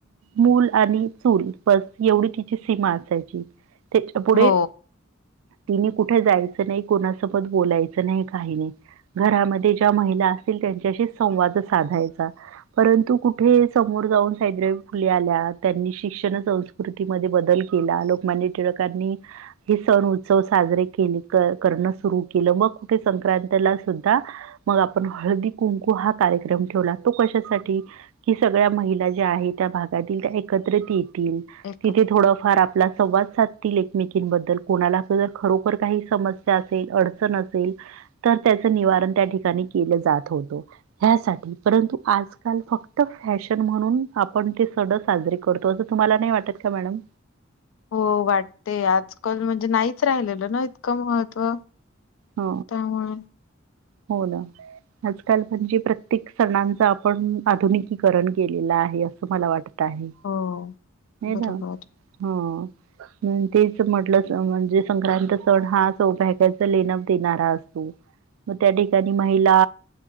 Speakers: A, on the right (about 80°); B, on the left (about 70°).
A: मूल आणि चूल- बस एवढी तिची सीमा असायची त्याच्या पुढे-
B: हो
A: तिने कुठे जायचं नाही कोणासोबत बोलायचं नाही, काही नाही. घरामध्ये ज्या महिला असतील त्यांच्याशी संवाद साधायचा- परंतु कुठे समोर जाऊन सावित्रीबाई फुले आल्या त्यांनी शिक्षणाच- कृतीमध्ये बदल केला, लोकमान्य टिळकांनी- हे सण उत्सव साजरे केले करणं सुरू केलं मग कुठे संक्रांतीला सुद्धा मग आपण हळदी कुंकू हा कार्यक्रम ठेवला तो कशासाठी की सगळ्या महिला ज्या आहेत त्या भागातील त्या एकत्रित येतील
B: एक
A: तिथे थोडंफार आपला संवाद साधतील एकमेकी बद्दल कोणाला खरोखर काही समस्या असेल अडचण असेल तर त्याचं निवारण त्या ठिकाणी केलं जात होतं ह्यासाठी परंतु आजकाल फक्त फॅशन म्हणून आपण ते सडं साजरे करतो असं तुम्हाला नाही वाटत का मॅडम
B: हो वाटते आजकाल म्हणजे नाहीच राहिलेलं ना इतकं महत्त्व.
A: हा
B: त्यामुळे
A: हो ना. आजकाल म्हणजे प्रत्येक सणांच आपण आधुनिकीकरण केलेलं आहे असं मला वाटत. ट आहे
B: हो
A: नाही
B: बरोबर
A: ना. हो हं तेच म्हटलंच अ म्हणजे संक्रांत सण हा सौभाग्याचं लेण. देणारा असतो मग त्या ठिकाणी महिला.